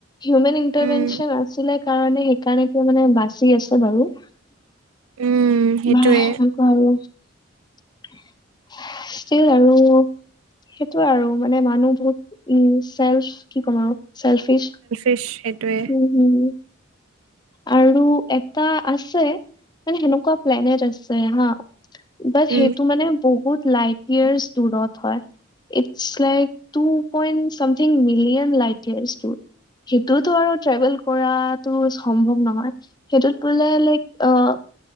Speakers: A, on the left; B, on the right.
A: হিউমেন ইণ্টাৰভেনচন
B: উম,
A: আছিলে কাৰণে, সেইকাৰণে, এতিয়া মানে, বাচি আছে বাৰু। বা!
B: উম, সেইটোৱে
A: সেনেকোৱা আৰু। <unintelligible> ষ্টীল আৰু সেইটোৱে আৰু মানে, মানুহ বহুত উম, চেল্ফ কি ক'ম আৰু! চেল্ফিচ।
B: <unintelligible> সেইটোৱে।
A: উম, হু, হু! আৰু এটা আছে। মানে, সেনেকুৱা প্লেনেট আছে, হা। বাট
B: উম,
A: সেইটো মানে বহুত লাইট ইয়াৰ্চ দূৰত হয়। It's like two point something million light ইয়াৰ্চটোত কিবা টো আৰু ট্ৰেভেল কৰাটো সম্ভৱ নহয় সেইটোত বোলে like uh uh uh